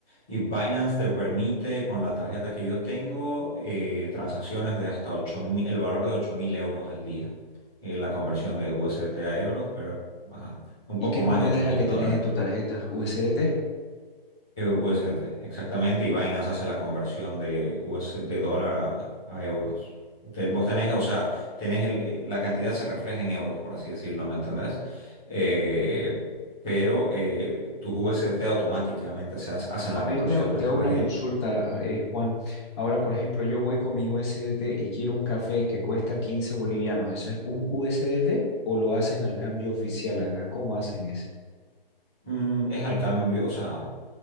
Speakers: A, in the centre; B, on the left.
A: Y Binance te permite, con la tarjeta que yo tengo, eh, transacciones de hasta 8.000 el valor de 8.000 euros al día. Eh, la conversión de USDT a euros, pero ajá, un poco
B: ¿Y qué
A: más
B: moneda
A: de ocho
B: es
A: mil
B: la que tenés
A: dólares.
B: en tu tarjeta? ¿USDT?
A: Eh, USDT, exactamente. Y Binance hace la conversión de, US, de dólar a, a euros. Te- vos tenés, o sea, tenés el- eh, la cantidad se refleja en euros, por así decirlo, ¿me entendés? Eh, pero eh, tus USDT automáticamente se hace- hacen la
B: Ahora
A: conversión,
B: yo te hago,
A: ¿me
B: te
A: entendés?
B: hago una
A: Eh,
B: consulta, eh, Juan. Ahora, por ejemplo, yo voy con mi USDT y quiero un café que cuesta 15 bolivianos. ¿Eso es un USDT o lo hacen al cambio oficial acá? ¿Cómo hacen eso?
A: Mm, es al cambio, o sea,